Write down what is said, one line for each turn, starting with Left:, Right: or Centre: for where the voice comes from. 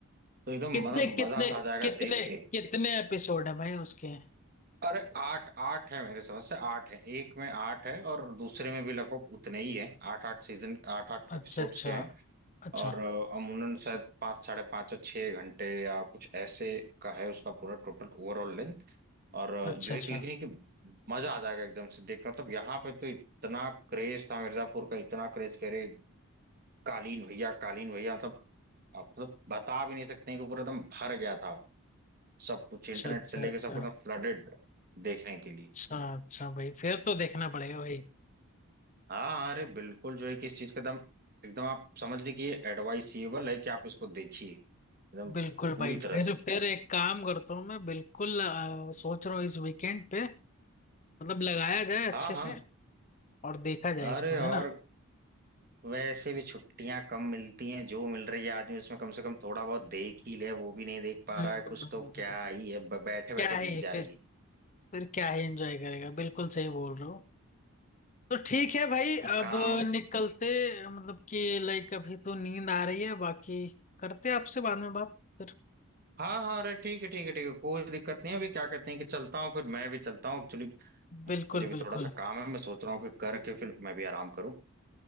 Right: तो एकदम
Left: कितने
Right: मतलब
Left: कितने
Right: मजा सा आ जाएगा
Left: कितने
Right: देख के
Left: कितने एपिसोड है भाई उसके
Right: अरे आठ आठ है मेरे समझ से आठ है एक में आठ है और दूसरे में भी लगभग उतने ही है आठ आठ सीजन आठ आठ एपिसोड्स
Left: अच्छा अच्छा
Right: के हैं
Left: अच्छा
Right: और अ, अमूमन शायद पाँच साढ़े पाँच या छः घंटे या कुछ ऐसे का है उसका पूरा टोटल ओवरऑल लेंथ और अ,
Left: अच्छा
Right: जो है
Left: अच्छा
Right: कि लेकिन ये कि मजा आ जाएगा एकदम से देख कर मतलब यहाँ पे तो इतना क्रेज था मिर्जापुर का इतना क्रेज कह रहे कालीन भैया कालीन भैया मतलब आप मतलब बता भी नहीं सकते हैं कि पूरा एकदम भर गया था सब कुछ
Left: अच्छा
Right: इंटरनेट
Left: अच्छा
Right: से लेके
Left: अच्छा
Right: सब कुछ एकदम फ्लडेड देखने के लिए
Left: अच्छा अच्छा भाई फिर तो देखना पड़ेगा भाई
Right: हाँ अरे बिल्कुल जो है कि इस चीज का एकदम एकदम आप समझ लीजिए कि ये एडवाइसेबल है कि आप इसको देखिए एकदम
Left: बिल्कुल
Right: पूरी
Left: भाई
Right: तरह
Left: फिर
Right: से
Left: फिर एक काम करता हूँ मैं बिल्कुल आ, सोच रहा हूँ इस वीकेंड पे मतलब लगाया जाए
Right: हाँ
Left: अच्छे
Right: हाँ
Left: से और देखा जाए
Right: अरे
Left: इसको है
Right: और
Left: ना
Right: वैसे भी छुट्टियां कम मिलती हैं जो मिल रही है आदमी उसमें कम से कम थोड़ा बहुत देख ही ले वो भी नहीं देख पा
Left: हम्म,
Right: रहा है कुछ तो क्या ही है बैठे बैठे
Left: क्या ही
Right: बीत जा
Left: फिर
Right: रही है
Left: फिर क्या ही एंजॉय करेगा बिल्कुल सही बोल रहे हो तो ठीक है भाई
Right: कि
Left: अब
Right: काम
Left: निकलते मतलब कि लाइक अभी तो नींद आ रही है बाकी करते हैं आपसे बाद में बात फिर
Right: हाँ हाँ अरे ठीक है ठीक है ठीक है कोई दिक्कत नहीं है अभी क्या कहते हैं कि चलता हूँ फिर मैं भी चलता हूँ एक्चुअली
Left: बिल्कुल
Right: मुझे भी
Left: बिल्कुल
Right: थोड़ा सा काम है मैं सोच रहा हूँ कि करके फिर मैं भी आराम करूँ